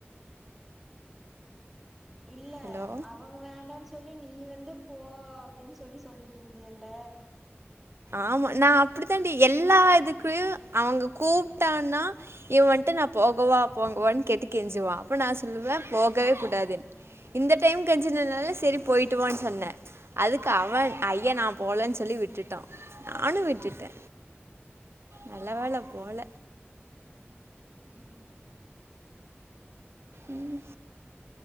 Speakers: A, in the centre; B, on the right.
A: இல்ல
B: ஹலோ
A: அவங்க வேண்டனு சொல்லி நீ வந்து போ அப்டின்னு சொல்லி சொல்லிட் ட்டுருந்தில்ல
B: ஆமா நா அப்டித்தாண்டி எல்லா இதுக்கு
A: அத சொன்னே
B: அவங்க கூப்ட்டான்னா இவ வந்ட்டு நா போகவா போகவா கேட்டு கெஞ்சிவா அப்போ நா சொல்லுவே போகவே கூடாதுனு
A: ஆ
B: இந்த டைம் கஞ்சனால சேரி போயிட்டுவானு சொன்னே அதுக்கு அவ ஐயா நா போலன்னு சொல்லி விட்டுட்டா நானு விட்டுடா நல்ல வேல போல
A: ஆமா
B: ம்